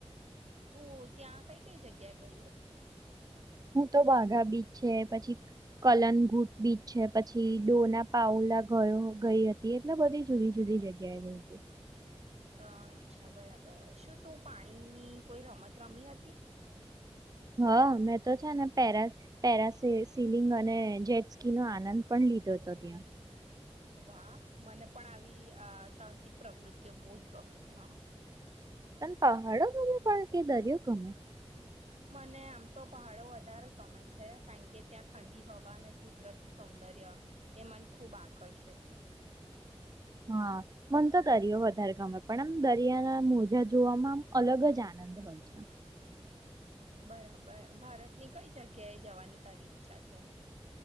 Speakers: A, on the right; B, on the right.
A: તું ત્યાં કઈ કઈ જગ્યા ગઈ હતી?
B: હું તો વાઘા બીચ છે પછી કલનઘુટ બીચ છે પછી ડોના પઉલા ગયો ગઈ હતી એટલા બધી જુદી જુદી જગ્યાએ ગઈ હતી.
A: અ અચ્છા બરાબર શું તું પાણીની કોઈ રમત રમી હતી?
B: હા મેં તો છે ને પે પેરા સિલિંગ અને જેટસ્કી નનો આનંદ પણ લીધો હતો ત્યાં.
A: વાહ મને પણ આવી આ સાહસિક પ્રવૃતિઓ બહુ જ ગમે છે હા.
B: ત પહાડો ગમે પણ કે દરિયો ગમે?
A: મને આમ તો પહાડો વધારે ગમે છે કારણ કે ત્યાં ઠંડી હવા અને કુદરતી સૌંદર્ય, એ મન ખૂબ આકર્ષે છે.
B: હા મને તો દરિયો વધારે ગમે પણ આમ દરિયાના મોજા જોવામાં આમ અલગ જ આનંદ હોય છે.
A: બરાબર ભારતની કઈ જગ્યાએ જવાની તારી ઈચ્છા છે?